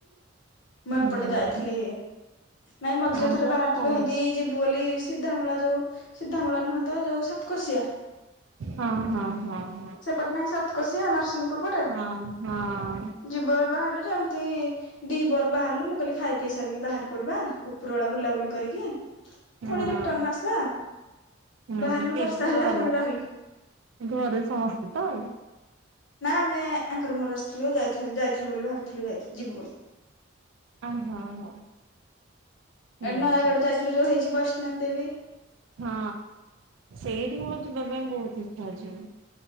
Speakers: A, on the left; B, on the right.
A: ମୁଁ
B: ହୁଁ
A: ଏପଟେ ଯାଇଥିଲି ନାଇଁ ମଝିରେ
B: ଆମ
A: ଥରେ ବାହାରିଥିଲୁ
B: ହଁ
A: ଏମତି ଯି ବୁ ବୋଲି ସିଧାମୂଳା ଯୋଉ ସିଧାମୂଳା ନୁହଁ ତ ଯୋଉ ସାତକଶିଆ।
B: ହଁ ହଁ ହଁ ହଁ।
A: ସେପଟେ ନାହିଁ ସାତକଶିଆ ନରସିଂହପୁର‌ ପ
B: ହଁ ହଁ।
A: ଯିବୁ ବୋଲି ବାହାରିଲୁ ଯେ ଏମିତି। ଦିହି ପହରୁ ବାହାରିଲୁ ମୁଁ କହିଲି ଖାଇ ପିଇ ସାରିକି ବାହାରି ପଡିବା ଉପର ବାଲା ବୁଲାବୁଲି କରିକି। ଫୁଣି
B: ହଁ
A: ରିଟର୍ଣ ଆସିବା
B: ହୁଁ
A: ବାହାରିଲୁ
B: ସେ
A: ବର୍ଷା
B: ଘର
A: ହେଲା
B: ବାଲା
A: ପୁଣି ରହିଲୁ।
B: ଘରେ ସମସ୍ତେ ତ ଆଉ।
A: ନା ଆମେ ଆଙ୍କର ମୋ ର ଆସିଥିଲୁ ଯାଇଥେଲୁ ଯାଇଥିଲୁ ବୋଲି ଭାବିଥିଲୁ ଯିବୁ ବୋଲି।
B: ଆ ହଁ ହଁ। ହୁଁ
A: ଏ ନୟାଗଡ
B: ହୁଁ
A: ଯାଇଥିଲୁ ଯୋଉ ହେଇଛି ବୈଷ୍ଣବି ଦେବି।
B: ହଁ ସେଇଠି କି ମୋର ଯିବା ପାଇଁ ବହୁତ ଇଚ୍ଛା ଅଛି।